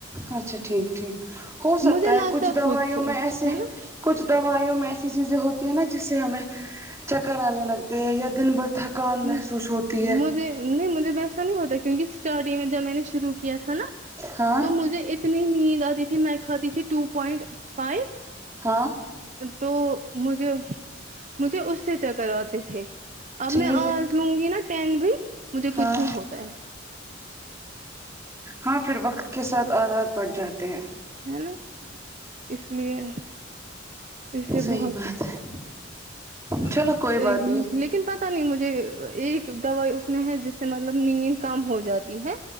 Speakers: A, on the right (about 15°); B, on the right (about 40°).
A: اچھا ٹھیک ٹھیک ہو سکتا
B: مجھے
A: ہے
B: لگتا
A: کچھ دوائیوں
B: خود سے
A: میں ایسے
B: ہے نا
A: کچھ دوائیوں میں ایسی چیزیں ہوتی ہیں نا جس سے ہمیں چکر آنے لگتے ہیں یا دن بھر تھکان
B: ہمم
A: محسوس ہوتی ہے
B: مجھے نہیں مجھے ویسا نہیں ہوتا کیونکہ اسٹارٹنگ میں جب میں نے شروع کیا تھا نا
A: ہاں
B: تو مجھے اتنی نیند آتی تھی میں کھاتی تھی ٹو پوائنٹ فائ
A: ہاں
B: تو مجھے مجھے اس سے چکر آتے تھے اب
A: ٹھیک
B: میں آج لوں گی نا ٹین بھی مجھے کچھ
A: ہاں
B: نہیں ہوتا ہے
A: ہاں پھر وقت کے ساتھ عا دات پڑجاتے ہیں
B: ہے نا اس لیے اس لیے
A: صحیح
B: بہت
A: بات ہے چلو کوئی
B: ا
A: بات
B: م
A: نہیں
B: لکھ لیکن پتہ نہیں مجھے ایک دوائی اس میں ہے جس سے مطلب نین کم ہو جاتی ہے